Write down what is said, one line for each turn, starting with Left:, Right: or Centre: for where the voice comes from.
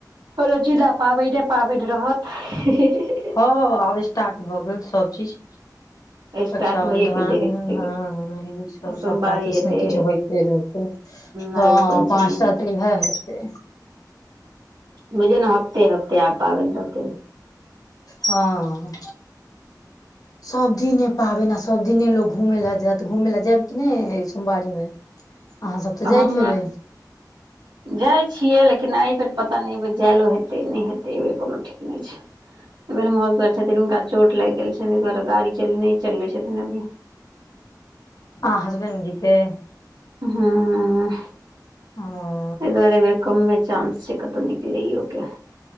Right: हर जिला पाबैने पाबेन रहत ही -ही
Left: हँ ह आब स्टार्ट भऽ गेल, सब चीज रक्षाबंधन
Right: स्टार्ट होइएके देरी छै
Left: ह ई सब
Right: सोमवारी
Left: सबटा किछ
Right: हेतै
Left: ने किछ होइते रहते
Right: नाग
Left: हँ
Right: पञ्चमी
Left: पाँचटा त इहै हैते
Right: बुझयौ न हफ्ते - हफ्ते आब पाबईन रहतेै।
Left: हँ सबदिने पाब ने सबदिनने लोको घुमे लए जायत घुमे लए जायब कि ने ऐ सोमवारी मे अहाँ सब तऽ
Right: अहम
Left: जाइत हेबै
Right: जाइ छियै, लेकिन एहि बेेर पता नै एहि बेर जायलो हेतै नै हेतै एहि बेर कोनो ठीक नई छै। एहि बेर मर छथिन हुनका चोट लागि गेल छनि, एहि दुआरे गाड़ी च नइ चलबे छथिन अभी
Left: अहाँ हसबैंड जी के
Right: हूँ
Left: ह
Right: एहि दुआरे बेर कमे चांस छै, कतहु निकलेयो के